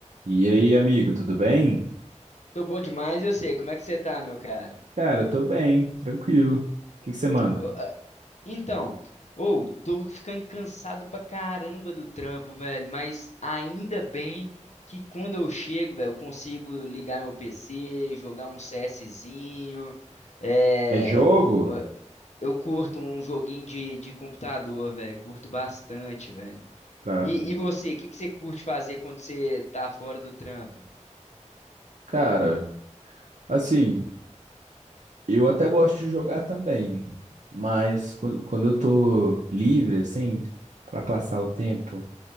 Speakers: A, on the right; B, on the left.
A: E aí, amigo, tudo bem?
B: Tô bom demais, eu sei. Como é que você tá, meu cara?
A: Cara, eu tô bem, tranquilo. O que que você manda?
B: Ô, ah, Então, ou tô ficando cansado pra caramba do trampo, velho, mas ainda bem que quando eu chego, velho, eu consigo ligar meu PC, jogar um CSzinho, é...
A: É jogo?
B: ó, Eu curto um joguinho de, de computador, velho, curto bastante, velho.
A: Tá.
B: E, e você, o que que você curte fazer quando você tá fora do trampo?
A: Cara, assim, eu até gosto de jogar também, mas quan- quando eu tô livre, assim, pra passar o tempo,